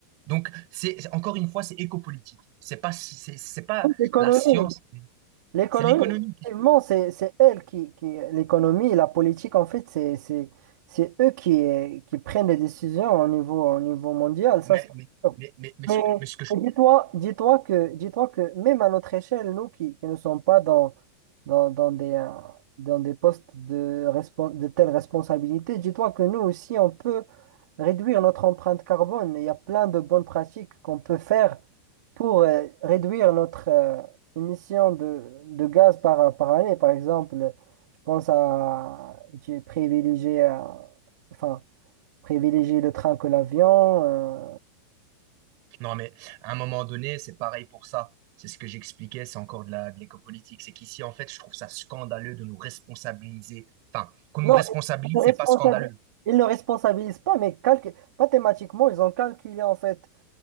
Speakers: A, on the right; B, on the right.
A: Donc, c'est c'est- encore une fois, c'est éco-politique. C'est pas, si- c'est c'est pas
B: Écoute, L'économie.
A: la science,
B: L'économie,
A: c'est l'économie.
B: effectivement, c'est, c'est elle qui, qui- l'économie et la politique, en fait, c'est, c'est, c'est eux qui, euh, qui prennent les décisions au niveau, au niveau mondial,
A: Mais,
B: ça, c'est
A: mais,
B: sûr.
A: mais, mais, mais ce
B: Mais
A: mais ce que je
B: mais dis-toi, dis-toi que, dis-toi que même à notre échelle, nous qui, qui ne sommes pas dans, dans, dans des, euh, dans des postes de, respon- de telles responsabilités, dis-toi que nous aussi, on peut réduire notre empreinte carbone. Il y a plein de bonnes pratiques qu'on peut faire pour euh, réduire notre euh, émission de, de gaz par, par année, par exemple, je pense à uti- privilégier, euh, enfin, privilégier le train que l'avion. euh.
A: Non, mais à un moment donné, c'est pareil pour ça. C'est ce que j'expliquais, c'est encore de la, de l'éco-politique. C'est qu'ici, en fait, je trouve ça scandaleux de nous responsabiliser. Enfin, qu'on
B: Non,
A: nous responsabilise,
B: ils ne responsabilisent,
A: c'est pas scandaleux.
B: ils ne responsabilisent pas, mais calcu- mathématiquement, ils ont calculé en fait